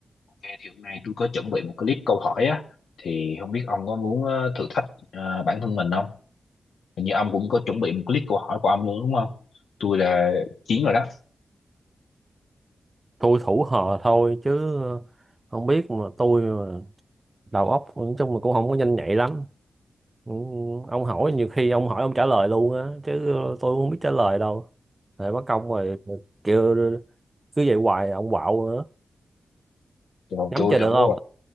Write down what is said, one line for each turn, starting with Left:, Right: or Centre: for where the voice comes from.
Left: Ok, thì hôm nay tôi có chuẩn bị một cái list câu hỏi á thì không biết ông có muốn ờ, thử thách ờ, bản thân mình không? Hình như ông cũng có chuẩn bị một cái list câu hỏi của ông luôn đúng không? Tôi là Chiến rồi đó,
Right: tôi thủ họ thôi chứ ờ, không biết mà tôi mà đầu óc nói chung là cũng không có nhanh nhạy lắm Ừ, ông hỏi nhiều khi ông hỏi ông trả lời luôn á chứ ờ, tôi cũng không biết trả lời đâu rồi mất công rồi kêu cứ vậy hoài ông quạo nữa
Left: còn
Right: nhắm
Left: tôi
Right: chơi
Left: thì
Right: được
Left: không có
Right: không